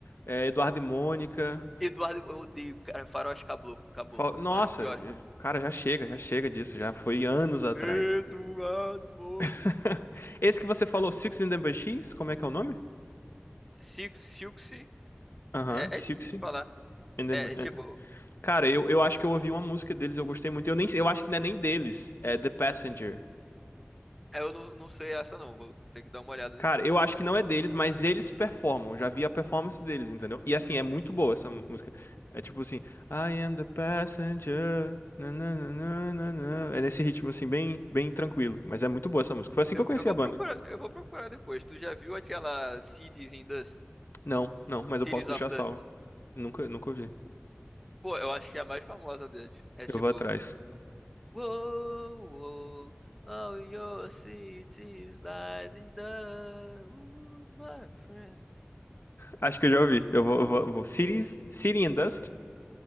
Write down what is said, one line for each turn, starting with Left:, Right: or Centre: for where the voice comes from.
Left: É, Eduardo e Mônica.
Centre: Eduardo, eu odeio, cara, faróis caboclo, caboclo.
Left: Fal- Nossa,
Centre: São as piores pra mim.
Left: cara, já chega, já chega disso, já foi anos atrás.
Centre: Eduardo Moura.
Left: <laughs> Esse que você falou, Six and the Banshees, como é que é o nome?
Centre: Silk- Silksy,
Left: Aham,
Centre: é,
Left: Six
Centre: é difícil falar.
Left: and
Centre: É,
Left: the,
Centre: tipo,
Left: Cara, eu, eu acho que eu ouvi uma música deles, eu gostei muito. Eu nem, eu acho que não é nem deles, é The Passenger.
Centre: eu não, não sei essa não, vou ter que dar uma olhada
Left: Cara,
Centre: depois.
Left: eu acho que não é deles, mas eles performam. Eu já vi a performance deles, entendeu? E assim, é muito boa essa mu- música. É tipo assim, I am the passenger. na, na, na, na, na, na. É nesse ritmo assim, bem, bem tranquilo. Mas é muito boa essa música. Foi assim
Centre: Eu,
Left: que eu conheci
Centre: eu vou
Left: a banda.
Centre: procurar, eu vou procurar depois. Tu já viu aquela Cities in Dust?
Left: Não, não, mas eu
Centre: Cities
Left: posso deixar
Centre: of
Left: salvo.
Centre: Dust?
Left: Nunca, nunca ouvi.
Centre: Pô, eu acho que é a mais famosa deles. É
Left: Eu
Centre: tipo,
Left: vou atrás.
Centre: Whoa, whoa, all your cities lies in dust, my friend.
Left: Acho que eu já ouvi. Eu vou, eu vou, eu vou. Cities, City and Dust?